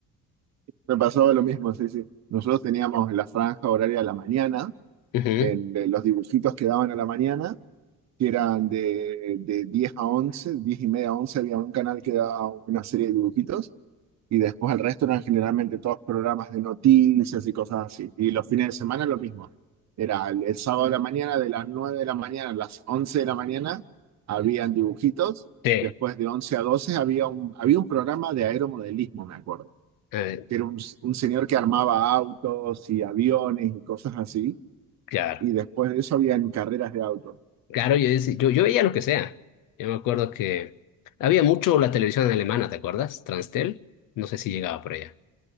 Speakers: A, on the right (about 55°); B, on the left (about 70°).
A: Me pasaba lo mismo, sí, sí. Nosotros teníamos la franja horaria de la mañana,
B: Ujú.
A: en, de los dibujitos que daban a la mañana, que eran de, de 10 a 11, 10 y media a 11 había un canal que daba una serie de dibujitos, Y después el resto eran generalmente todos programas de noticias y cosas así. Y los fines de semana lo mismo. Era el, el sábado de la mañana, de las 9 de la mañana a las 11 de la mañana, habían dibujitos.
B: Sí,
A: Después de 11 a 12 había un, había un programa de aeromodelismo, me acuerdo,
B: eh,
A: que era un, un señor que armaba autos y aviones y cosas así.
B: claro.
A: Y después de eso habían carreras de autos.
B: Claro, yo, decía- yo, yo veía lo que sea. Yo me acuerdo que había mucho la televisión alemana, ¿te acuerdas? Transtel. No sé si llegaba por allá.